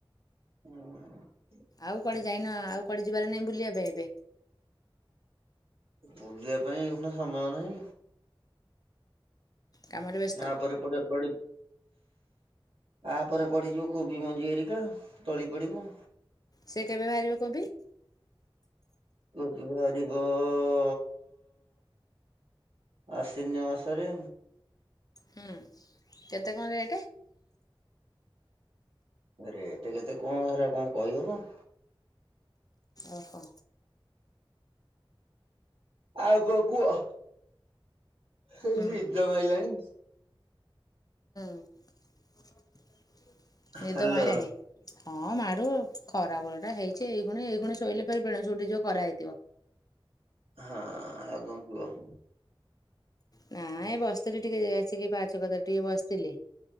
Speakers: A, on the right; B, on the left.
A: ଉଁ।
B: ଆଉ କୁଆଡେ ଯାଇନ ଆଉ କୁଆଡେ ଯିବାରେ ନାଇଁ ବୁଲିବା ପାଇଁ ଏବେ?
A: ବୁଲିବା ପାଇଁ ଏଇଖୁଣା ସମୟ ନାହିଁ।
B: କାମରେ ବ୍ୟସ୍ତ
A: ଆ ପରେ ପରେ ପଡି ଆ ପରେ ପଡିଯିବ କୋବି ମଞ୍ଜି ଏରିକା ତଳି ପଡିବ।
B: ସେ କେବେ ବାହାରିବ କୋବି?
A: କୋବି ବାହାରିବ ଅ ଆଶିନ୍ୟ ମାସରେ।
B: ହୁଁ କେତେ କଣ ରେଟ୍?
A: ରେଟ୍ କେତେ କଣ ହେରା କଣ କହିହବ।
B: ଓହୋ।
A: ଆଉ କଣ କୁହ? ସେଇ
B: ହୁଁ
A: ନିଦ
B: ହୁଁ।
A: ମାଇଲାଣି
B: ନିଦ
A: ହାଲୋ
B: ମାଇଲାଣି ହଁ ମାଡୁ ଆଉ ଖରା ବେଳଟା ହେଇ ଚି ଏଇଖୁଣି ଏଇଖୁଣି ଶୋଇଲେ ଫେରେ ବେଣୁଶୁ ଉଠିଯିବ ଖରା ହେଇଥିବ।
A: ହଁ ଆଉ କଣ କୁହ?
B: ହଁ ଏ ବସିଥିଲି ଟିକେ ଟିକେ ପାହାଚ କତିରେ ଟିକେ ବସିଥିଲି